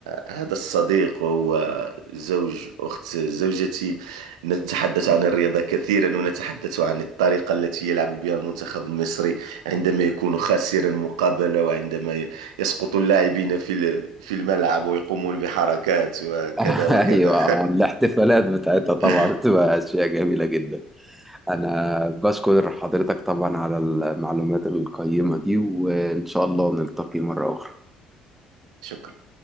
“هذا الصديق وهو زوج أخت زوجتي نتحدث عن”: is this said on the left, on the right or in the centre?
Right